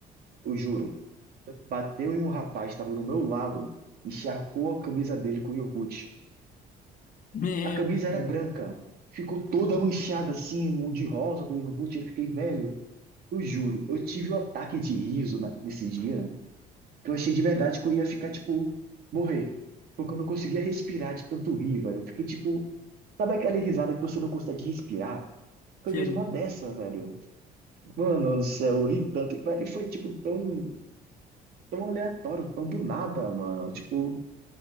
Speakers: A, on the right; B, on the left.
A: eu juro. bateu em um rapaz que estava no meu lado, e encharcou a camisa dele com iogurte.
B: Meu
A: A camisa era
B: Deus.
A: branca, ficou toda manchada assim, o de rosa do iogurte. Eu fiquei velho. Eu juro, eu tive um ataque de riso na- nesse dia, que eu achei de verdade que eu ia ficar, tipo, morrer. Porque eu não conseguia respirar de tanto rir, velho. Eu fiquei, tipo, sabe aquela risada que você não consegue respirar? Foi
B: Sei.
A: mesmo uma dessa, velho. Mano do céu, eu ri tanto. Velho, e foi, tipo, tão, tão aleatório, tão do nada, mano. Tipo,